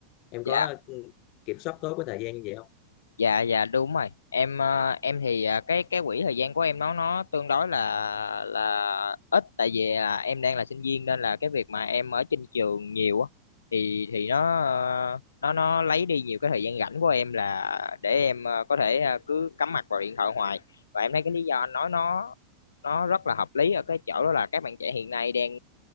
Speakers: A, on the left (about 40°); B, on the left (about 70°).
A: Em có
B: Dạ.
A: ừ, kiểm soát tốt cái thời gian như vậy không
B: dạ dạ đúng rồi em ờ, em thì ờ, cái cái quỹ thời gian của em nó nó tương đối là là ít tại vì là em đang là sinh viên nên là cái việc mà em ở trên trường nhiều á thì thì nó ờ, nó nó lấy đi nhiều cái thời gian rảnh của em là để em ờ, có thể ờ, cứ cắm mặt vào điện thoại hoài và em thấy cái lý do anh nói nó nó rất là hợp lý ở cái chỗ đó là các bạn trẻ hiện nay đang